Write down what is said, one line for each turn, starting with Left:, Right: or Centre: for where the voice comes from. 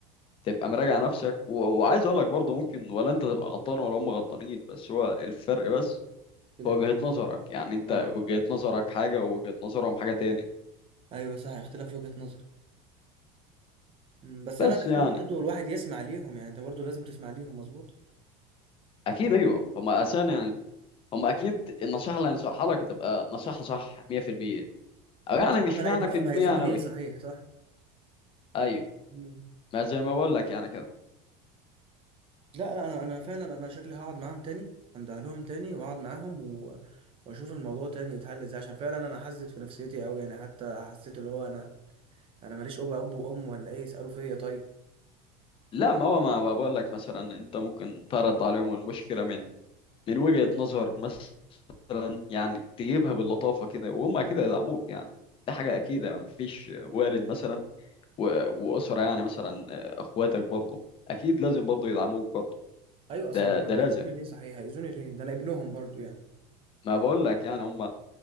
Left: تبقى مراجع نفسك و... وعايز اقول لك برضه ممكن ولا انت تبقى غلطان ولا هم غلطانين بس هو الفرق بس
Right: لا
Left: هو وجهة نظرك يعني انت
Right: اه
Left: وجهة
Right: اه
Left: نظرك حاجه ووجهة نظرهم حاجه تاني
Right: ايوه صح اختلاف وجهة نظر مم، بس
Left: بس
Right: انا
Left: يعني
Right: لازم برضه الواحد يسمع ليهم يعني انت برضه لازم تسمع ليهم مظبوط
Left: اكيد ايوه هم اساسا يعني هم اكيد النصيحه اللي هينصحها لك هتبقى نصيحه صح 100% او
Right: اه
Left: يعني
Right: صح
Left: مش
Right: ما انا
Left: معنى
Right: ابنهم
Left: في المية
Right: هيأذوني
Left: يعني أوي
Right: ليه صحيح صح
Left: ايوه
Right: مم.
Left: ما زي ما بقول لك يعني كده
Right: لا لا انا انا فعلا انا شكلي هقعد معاهم تاني اندهلهم تاني واقعد معاهم و... واشوف الموضوع تاني يتحل ازاي عشان فعلا انا حزت في نفسيتي قوي يعني حتى حسيت اللي هو انا انا ماليش اب اب وام ولا ايه يسالوا فيا طيب
Left: لا ما هو ما ما بقول لك مثلا انت ممكن تعرض عليهم المشكله من من وجهة نظر مثلا يعني تجيبها باللطافة كده وهم أكيد هيدعموك يعني دي حاجة أكيدة يعني مفيش والد مثلا و- وأسرة يعني مثلا آه، أخواتك برضه أكيد لازم برضه يدعموك برضه
Right: ايوه اصلا
Left: ده ده لازم
Right: هيأذوني ليه صحيح هيأذوني ليه ده انا ابنهم برضه يعني
Left: ما بقول لك يعني هم